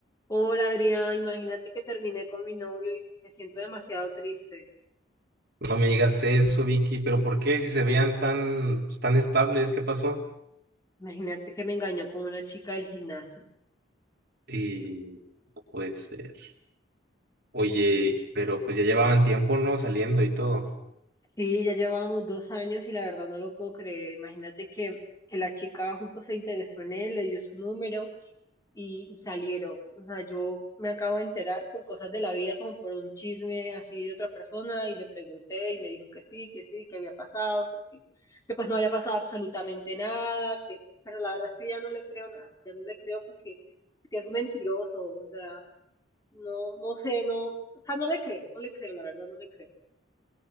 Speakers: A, on the left (about 20°); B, on the right (about 55°).
A: Hola Adrián, imagínate que terminé con mi novio y me siento demasiado triste.
B: No me digas eso, Vicky, pero ¿por qué si se veían tan, pues, tan estables? ¿Qué pasó?
A: Imagínate que me engañó con una chica del gimnasio.
B: Y
A: Sí,
B: no puede ser. Oye,
A: sí.
B: pero pues ya llevaban tiempo, ¿no? Saliendo y todo.
A: Sí, ya llevábamos dos años y la verdad no lo puedo creer. Imagínate que, que la chica justo se interesó en él, le dio su número y, y salieron. O sea, yo me acabo de enterar por cosas de la vida, como por un chisme así de otra persona, y le pregunté y me dijo que sí, que sí, que había pasado, porque, que pues no había pasado absolutamente nada, que, pero la verdad es que ya no le creo nada, ya no le creo porque, porque es mentiroso, o sea, no, no sé, no, o sea, no le creo, no le creo, la verdad no le creo.